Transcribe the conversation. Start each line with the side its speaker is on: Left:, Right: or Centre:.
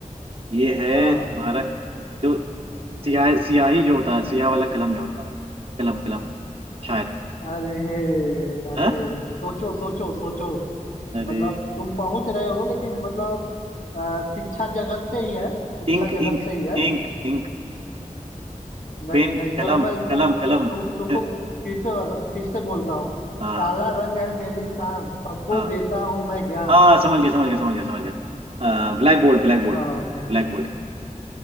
Right: है ये है
Left: हाँ
Right: तुम्हारा जो सियाह सियाही जो होता है सियाह वाला कलम जो होता है कलम कलम शायद
Left: अरे अरे
Right: है
Left: सोचो सोचो सोचो
Right: अरे
Left: मतलब तुम पहुंच रहे हो लेकिन मतलब अ, शिक्षा जगत से ही है शिक्षा
Right: ink ink
Left: जगत से ही है
Right: ink ink
Left: नहीं
Right: pen
Left: नहीं चलो
Right: कलम
Left: मैं तुम
Right: कलम
Left: तु,
Right: कलम
Left: तुमको
Right: <laughs>
Left: फिर पे बता- फिर से बोलता हूँ
Right: हाँ
Left: काला रंग है मेरी शान सबको
Right: हाँ
Left: देता हूँ मैं ज्ञान
Right: हाँ समझ गया समझ गया समझ गया समझ गया blackboard blackboard
Left: हाँ
Right: Black board